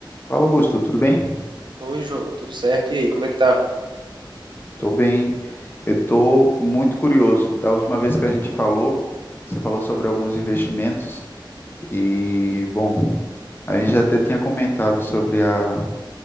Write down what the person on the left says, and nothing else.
Fala, Augusto, tudo bem?
Tô bem. Eu tô muito curioso. Da última vez que a gente falou, você falou sobre alguns investimentos e, bom, a gente já até tinha comentado sobre a,